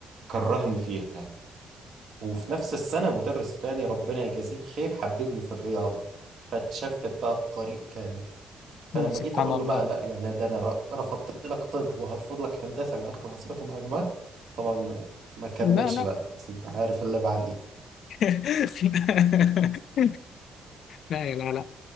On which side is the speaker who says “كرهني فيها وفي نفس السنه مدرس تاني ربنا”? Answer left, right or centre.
Right